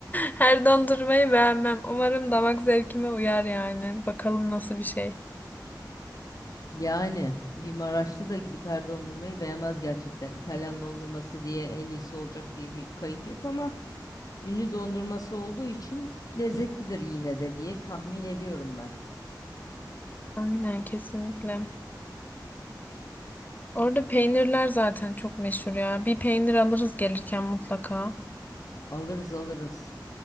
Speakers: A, on the left; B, on the left.
A: her dondurmayı beğenmem. Umarım damak zevkime uyar yani. Bakalım nasıl bir şey.
B: Yani bir Maraşlı da gidip her dondurmayı beğenmez gerçekten. İtalyan dondurması diye en iyisi olacak diye bir kayıt yok ama ünlü dondurması olduğu için lezzetlidir yine de diye tahmin ediyorum ben.
A: Aynen kesinlikle. Orada peynirler zaten çok meşhur ya. Bir peynir alırız gelirken mutlaka.
B: Alırız alırız.